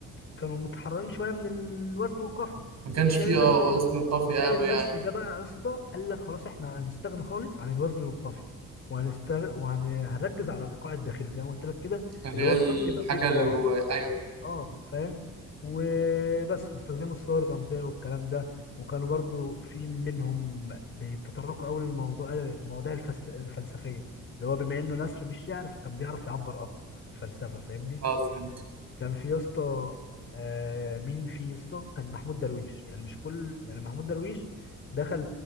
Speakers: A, on the left; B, on the right.
A: كانوا متحررين شوية من الوزن والقافية
B: ما كانش
A: الشعر
B: فيه
A: النثري
B: اه وزن قافي
A: الشعر
B: قوي
A: النثري
B: يعني
A: ده بقى يا اسطى قال لك خلاص احنا هنستغنى خالص عن الوزن والقافية وهنستغ... وهنركز على الإيقاع الداخلي زي ما قلت لك كده
B: اللي
A: اللي
B: هي
A: هو
B: الحاجه
A: السطر يبقى فيه إيقاع
B: اللي جواه ايوه
A: اه فاهم وبس واستخدموا الصور الرمزيه والكلام ده وكانوا برضو في منهم بيتطرقوا قوي للموضوع المواضيع الفلس- الفلسفيه اللي هو بما انه نثر مش شعر فكان بيعرف يعبر اكتر بفلسفه فاهمني
B: اه فهمت
A: كان في يا اسطى آه مين في يا اسطى كان محمود درويش يعني مش كل يعني محمود درويش دخل